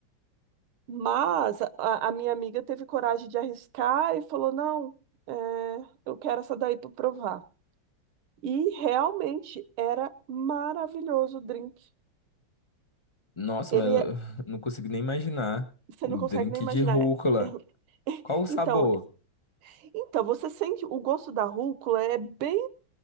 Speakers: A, on the right; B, on the left.
A: Mas a, a minha amiga teve coragem de arriscar e falou: não, é, eu quero essa daí para provar. E realmente era maravilhoso o drink.
B: Nossa,
A: Ele
B: mas eu
A: é,
B: <laughs> não consigo nem imaginar.
A: você
B: Um
A: não consegue
B: drink
A: nem imaginar.
B: de rúcula.
A: <laughs>
B: Qual o sabor?
A: Então, Então, você sente o gosto da rúcula é bem.